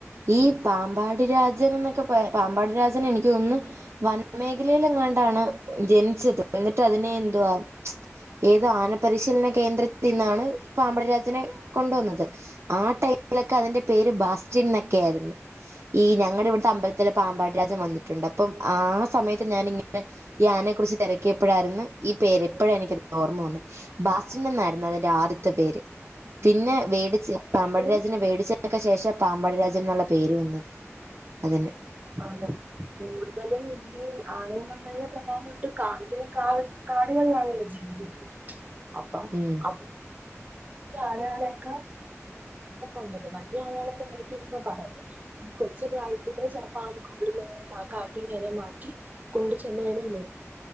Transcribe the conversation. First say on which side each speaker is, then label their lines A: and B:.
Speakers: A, on the right (about 55°); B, on the right (about 35°).
A: ഈ പാമ്പാടി രാജനെന്നൊക്കെ പ പാമ്പാടി രാജൻ എനിക്ക് തോന്നുന്നു വനമേഖലേൽ എങ്ങാണ്ടാണ് ജനിച്ചത് എന്നിട്ട് അതിനെ എന്തുവാ ഏതോ ആന പരിശീലന കേന്ദ്രത്തി നിന്നാണ് പാമ്പാടി രാജനെ കൊണ്ടുവന്നത് ആ ടൈമിലൊക്കെ അതിന്റെ പേര് ബാസ്റ്റിൻന്നൊക്കെ ആയിരുന്നു ഈ ഞ അങ്ങനെ ഇവിടത്തെ അമ്പലത്തില് പാമ്പാടി രാജൻ വന്നു അപ്പം ആ സമയത്ത് ഞാനിങ്ങനെ ഈ ആനെ കുറിച്ച് തിരക്കിയപ്പോഴായിരുന്നു ഈ പേരിപ്പോഴാണ് എനിക്ക് ഓർമ്മ വന്ന ബാസ്റ്റിൻ എന്നായിരുന്നു അതിന്റെ ആദ്യത്തെ പേര് പിന്നെ മേടിച്ച്
B: കൂടുതലും
A: പാമ്പടിരാജനെ - അതിനൊക്കെ ശേഷം പാമ്പടരാജൻന്നുള്ള പേര് വന്നത് അതിന്
B: അതെ കൂടുതലും ഈ ആന <unintelligible> പ്രധാനമായിട്ടും കാടുകളിലാണല്ലോ ഇവിടെ ജീവിക്കുന്നത് അപ്പം
A: ഉം
B: അവിടെ ആനകൾ ഉണ്ടല്ലോ വലിയ ആനളൊക്കെ മെരുക്കിയെടുക്കാൻ പാടല്ലെ ഈ കൊച്ചു പ്രായത്തിലെ അവിടുന്ന് കാട്ടിന്ന്മാക്കി കൊണ്ട ചെന്നതിനും മെരുക്കി